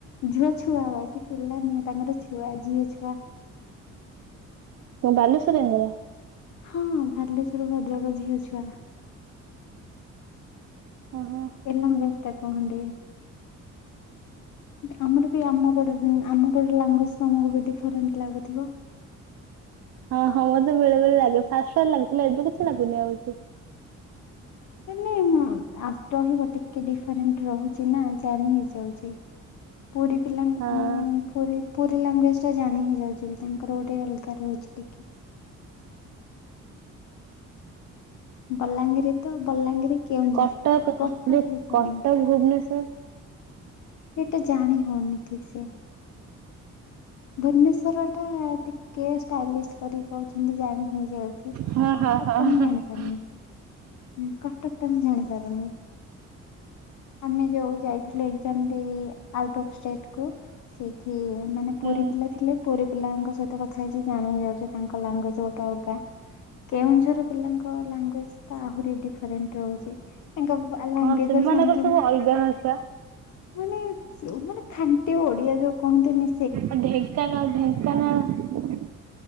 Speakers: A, on the left; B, on the right.
A: ଝୁଅ ଛୁଆ ଆଜି ପିଲା ନୁହେଁ ତାଙ୍କର ଛୁଆ ଝିଅ ଛୁଆ।
B: ତମ ବାଲେଶ୍ଵରିଆଙ୍କର?
A: ହଁ ବାଲେଶ୍ଵର ଭଦ୍ରକ ଝିଅ ଛୁଆ।
B: ଓହଁ।
A: ଏ ଲାଙ୍ଗୁଏଜଟା କୁହନ୍ତି। ଆମର ବି ଆମ ପଟ ଉଁ ଆମ ପଟ ଲାଙ୍ଗୁଏଜ ତମକୁ ବି ଡିଫରେଣ୍ଟ ଲାଗୁଥିବ?
B: ହଁ ହଁ ମତେ ବେଳେବେଳେ ଲାଗେ, ଫାଷ୍ଟ ଫାଷ୍ଟ ଲାଗୁଥିଲା ଏବେ କିଛି ଲାଗୁନି ଆଉ ଏତେ।
A: ହୁଁ ନାଇଁ ମୁଁ ଆଷ୍ଟହି ଗୋଟେ କି ଡିଫରେଣ୍ଟ ରହୁଛି ନା ଜାଣି ହେଇଯାଉଛି, ପୁରୀ ପିଲା
B: ହଁ
A: ଉଁ ପୁରୀ, ପୁରୀ ଲାଙ୍ଗୁଏଜଟା ଜାଣି ହେଇଯାଉଛି ବି ତାଙ୍କର ଗୋଟେ ଅଲଗା ରହୁଛି ଟିକେ। ବଲାଙ୍ଗୀରି ତ ବଲାଙ୍ଗୀରି କେଉଁଝର
B: କଟକ
A: ଟୋଟାଲ
B: ଯୋଉ
A: ଡିଫରେଣ୍ଟ।
B: କଟକ ଭୁବନେଶ୍ଵର
A: ଏଇଟା ଜାଣି ହଉନି ଠିକ ସେ। ଭୁବନେଶ୍ଵର ଟା ଟିକେ ଷ୍ଟାଇଲିଷ୍ଟ କରି କହୁଛନ୍ତି ଜାଣି ହେଇ ଯାଉଛି କଟକ
B: ହଁ ହଁ ହଁ
A: ଟା
B: ହଁ
A: ମୁଁ
B: ହୁଁ
A: ଜାଣି ପାରୁନି। ହୁଁ କଟକ ଟା ମୁଁ ଜାଣିପାରୁନି ଆମେ ଯୋଉ ଯାଇ ଥିଲା ଏକ୍ସାମ୍ ଦେଇ ଆଉଟ୍ ଅଫ୍ ଷ୍ଟେଟକୁ ସେଇଠି ମାନେ
B: ହୁଁ
A: ପୁରୀ ପିଲା ଥିଲେ। ପୁରୀ ପିଲାଙ୍କ ସହିତ କଥା ହେଇଛି ଜାଣି ହେଇ ଯାଉଛି ତାଙ୍କ ଲାଙ୍ଗୁଏଜ ଗୋଟେ ଅଲଗା। କେଉଁଝର ପିଲାଙ୍କ ଲାଙ୍ଗୁଏଜ ତ ଆହୁରି ଡିଫରେଣ୍ଟ ରହୁଛି। ତାଙ୍କ ବା ଲାଙ୍ଗୁଏଜ
B: ହଁ ସେମାନଙ୍କର
A: ଶୁଣିକି
B: ସବୁ
A: ମୁଁ
B: ଅଲଗା ଭାଷା
A: ମାନେ ଯୋ ମାନେ ଖାଣ୍ଟି ଓଡିଆ ଯୋଉ କହନ୍ତିନି
B: ଆ ଢେଙ୍କାନାଳ ଢେଙ୍କାନାଳ।